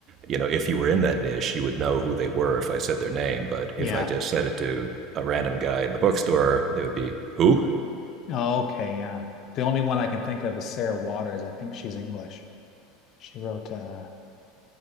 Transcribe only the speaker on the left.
Yeah.
Oh, okay, yeah. The only one I can think of is Sarah Waters. I think she's English. She wrote, uh,